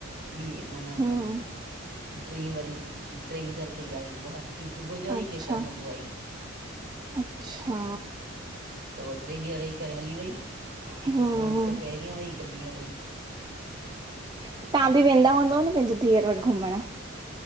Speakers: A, on the right; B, on the right.
A: बी माना
B: हम्म
A: टी वरी टेवीह तारीख़ ई आई। उहा की सुबुह जो आई,
B: अच्छा
A: की शाम जो आई।
B: अच्छा
A: त उह टे ॾीह रही करे हली वई ऐ
B: हम्म
A: उह हिकु पहरीयं वई, हिकु ॿीह वई।
B: तव्हां भी वेदा हूदव न पहिंजी धीअर वट घुमण?